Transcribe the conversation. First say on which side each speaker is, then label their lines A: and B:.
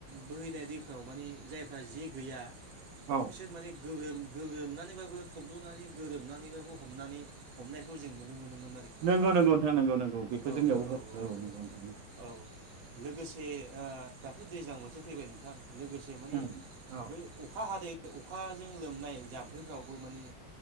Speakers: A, on the right (about 50°); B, on the right (about 80°).
A: बोहैनाय दैफ्राव माने जायफ्रा जे गैया
B: औ
A: बिसोर माने गोग्रोम गोग्रोमनानैबाबो थब्लनानै ग्रोरोबनानैबाबो हमनानै हमनायखौ जों नुनो मोनो मोन आरोखि नोंथां
B: नंगौ नंगौ नंगौ नंगौ बेखौ
A: औ
B: जोंनियावबो बुङो
A: औ औ
B: नंगौ नोंथां
A: औ लोगोसे ओ दाथ दैज्लां बोथोर फैबाय नोंथां लोगोसे माने
B: उम औ
A: बै अखा हाद बे अखाजों लोमनाय जाम्फैफ्रावबो माने